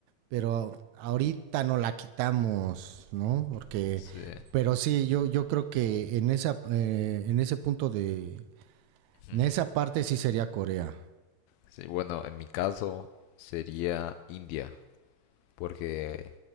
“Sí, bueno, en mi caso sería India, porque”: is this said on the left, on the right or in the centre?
Left